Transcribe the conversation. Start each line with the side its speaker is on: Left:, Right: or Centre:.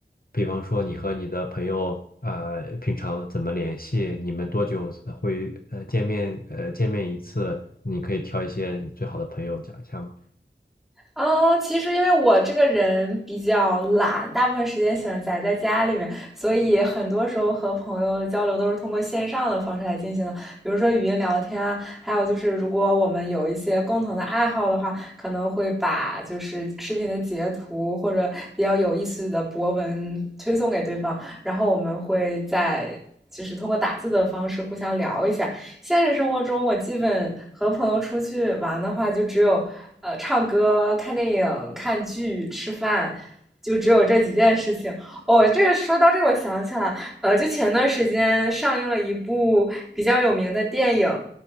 Left: 比方说你和你的朋友呃平常怎么联系？你们多久呃会呃见面呃见面一次？你可以挑一些你最好的朋友讲一下吗？
Centre: 嗯，其实因为我这个人比较懒，大部分时间喜欢宅在家里面，所以很多时候和朋友的交流都是通过线上的方式来进行的，比如说语音聊天啊，还有就是如果我们有一些共同的爱好的话，可能会把就是视频的截图或者比较有意思的博文推送给对方，然后我们会在。就是通过打字的方式互相聊一下，现实生活中，我基本和朋友出去玩的话，就只有呃唱歌、看电影、看剧、吃饭，就只有这几件事情。哦，这个说到这个，我想起来，呃，就前段时间上映了一部比较有名的电影，